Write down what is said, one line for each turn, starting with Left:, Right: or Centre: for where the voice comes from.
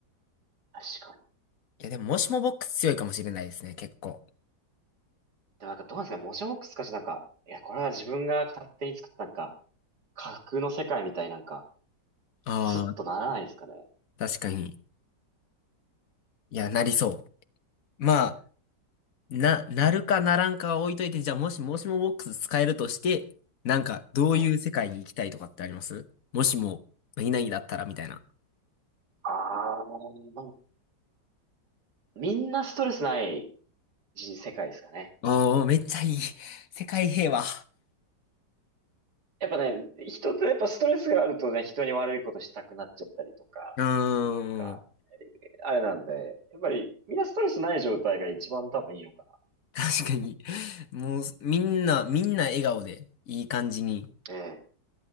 Right: 確かに。
Left: いや、でも、もしもボックス強いかもしれないですね、結構。
Right: でもなんかどうなんですかね、モジャボックスかしなんか、いや、これは自分が勝手に作ったなんか、架空の世界みたいなんか、
Left: ああ、
Right: スッとならないですかね。
Left: 確かに。いや、なりそう。まあ、な、なるかならんかは置いといて、じゃあもしもしもボックス使えるとして、なんか、どういう世界に行きたいとかってありますもしも、
Right: ええ。
Left: 何々だったらみたいな。
Right: ああ、まあ、みんなストレスないじ世界ですかね。
Left: ああ、めっちゃいい。世界平和。
Right: やっぱね、人ってやっぱストレスがあるとね、人に悪いことしたくなっちゃったりとか、
Left: うー
Right: なんか、
Left: ん。
Right: あれなんで、やっぱりみんなストレスない状態が一番多分いいのか
Left: 確かに。もう、みんな、みんな笑顔で、いい感じに。
Right: な。ええ。